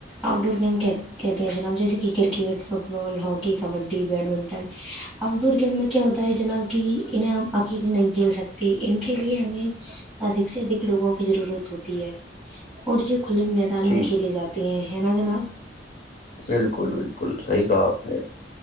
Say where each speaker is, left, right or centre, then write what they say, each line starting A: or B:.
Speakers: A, in the centre; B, on the left (about 45°).
A: آؤٹ ڈور گیم کہتے ہیں جناب جیسے کہ cricket football hockey kabaddi badminton outdoor game میں کیا ہوتا ہو جنا کہ انہیں ہم اکیلے نہیں کھیل سکتے ان کے لیے ہمیں ادک سے ادھک لوگوں کی ضرورت ہوتی ہے اور جو کھلے میدان
B: جی
A: میں کھیلے جاتے ہیں ہے نا جناب
B: بالکل بالکل صحیح کہا آپ نے